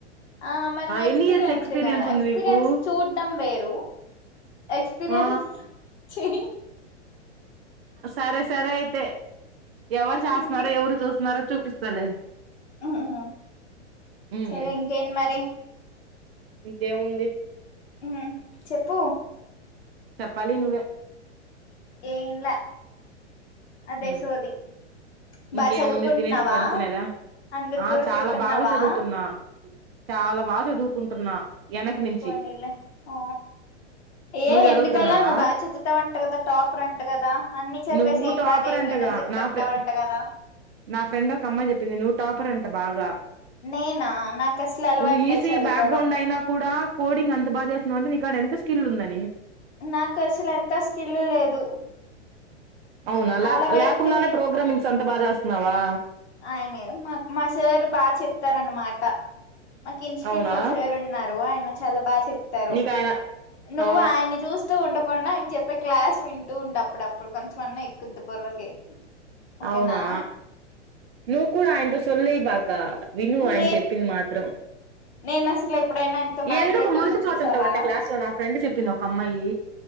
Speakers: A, on the left; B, on the right.
A: ఆ మరి నువ్వు
B: ఎన్ని
A: ఎక్స్పీరియన్స్
B: ఇయర్స్
A: డ్ కదా
B: ఉంది
A: ఎక్స్పీరియన్స్
B: నీకు
A: చూడ్డం వేరు ఎక్స్పీరియన్స్
B: ఆ
A: చే
B: సరే సరే అయితే ఎవరు చేస్తున్నారో
A: ఇంకే
B: ఎవరు చూస్తున్నారో చూపిస్తలే
A: ఉమ్,
B: ఉమ్,
A: సరే
B: ఉమ్.
A: ఇంకేంటి మరి
B: ఇంకేముంది
A: ఉం చెప్పు
B: చెప్పాలి నువ్వే
A: ఏం లా అదే
B: ఉమ్,
A: సోది బా
B: ఇంకేముంది
A: చదువుకుంటున్నావా
B: తినేసి పడుకునేదా
A: అందరి
B: ఆ
A: బుర్ర
B: చాలా
A: తింటున్నావా
B: బాగా చదువుతున్నా చాలా బాగా చదువుకుంటున్నా వెనకి
A: ఉం
B: నుంచి
A: పోనీలే ఓ ఏ
B: నువ్వు చదువుతున్నావా
A: ఎందుకలా నువ్వు బాగా చదుతావంట కదా టాపర్ అంట కదా అన్ని చదివేసి
B: నువ్వు
A: ఏం
B: టాపర్
A: రాదు ఏం
B: అంటగా
A: రాదు అని చెప్తుంటావుంట
B: నా ఫ్రె
A: కదా
B: నా ఫ్రెండ్ ఒక అమ్మాయి చెప్పింది నువ్వు టాపర్ అంట బాగా
A: నేనా నాకు అసలు అలవాట్లేదు
B: నువ్వు ఈసీఈ
A: చదువుకోవడం
B: బ్యాక్గ్రౌండ్ అయినా కూడా కోడింగ్ అంత బాగా చేస్తున్నావు అంటే నీకాడ ఎంత స్కిల్ ఉందని
A: నాకు అసలు ఎంత స్కిల్లు లేదు
B: అవునా లా
A: అలాగైతే
B: లేకుండానే ప్రోగ్రామింగ్స్ అంత బాగా చేస్తున్నావా
A: ఆయన మా మా సారు బాగా చెప్తార అన్నమాట మాకు ఇన్స్టిట్యుట్లో
B: అవునా
A: ఒకసారూ ఉన్నారు ఆయన చాలా బాగా చెప్తారు
B: నీకు ఆయన
A: నువ్వు
B: ఆ
A: ఆయన్ని చూస తు ఉండకుండా ఆయన చెప్పి క్లాస్ వింటూ ఉండే అప్పుడప్పుడు కొంచెంమన్నా ఎక్కుద్దు బుర్రకి ఓకేనా
B: అవునా నువ్ కూడా ఆయన తో సోల్లు ఏయ బాక విను ఆయన
A: నే
B: చెప్పింది మాత్రం
A: నేను అసలు ఎప్పుడైనా ఆయనతో మాట్లాడటం
B: ఎందుకు మురిసిపోతుంటావట
A: నువ్వు చూసావా
B: క్లాస్ లో నా ఫ్రెండ్ చెప్పింది ఒక అమ్మాయి